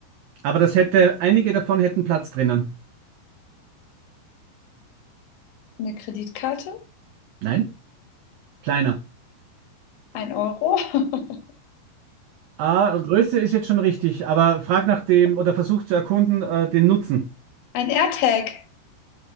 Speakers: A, on the right; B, on the left.
A: Aber das hätte, einige davon hätten Platz drinnen.
B: Eine Kreditkarte?
A: Nein, kleiner.
B: Ein Euro? <laughs>
A: Ah, Größe ist jetzt schon richtig, aber frag nach dem oder versuch zu erkunden, äh, den Nutzen.
B: Ein AirTag?